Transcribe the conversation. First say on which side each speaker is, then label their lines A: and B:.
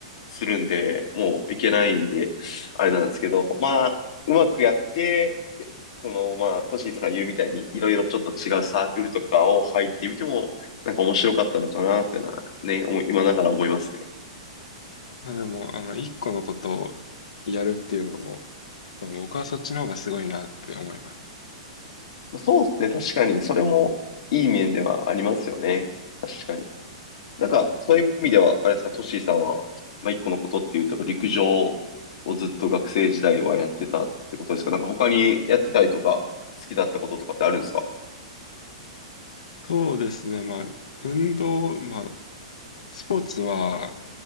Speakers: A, on the left; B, on the left.
A: するんで、もう行けないんで、あれなんですけど、まあ、うまくやって、その、まあ、トシーさん言うみたいに、いろいろちょっと違うサークルとかを入ってみても、なんか面白かったのかなっていうのは、ね、思い今ながら思いますね。
B: まあでも、あの、一個のことをやるっていうのがもう、僕はそっちの方がすごいなって思います。
A: まあそうですね。確かに、それもいい面ではありますよね。確かに。なんか、そういう意味では、あれですか、トシーさんは、まあ、一個のことっていうと、陸上をずっと学生時代はやってたってことですかなんか他にやってたりとか、好きだったこととかってあるんですか
B: そうですね。まあ、運動、まあ、スポーツは、